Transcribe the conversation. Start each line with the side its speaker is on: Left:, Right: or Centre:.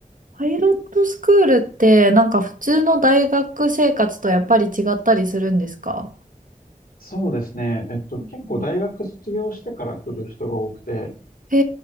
Right: パイロットスクールってなんか普通の大学生活とやっぱり違ったりするんですか
Left: そうですね。えっと、
Right: うん
Left: 結構大学卒業してから来る人が多くて、
Right: へ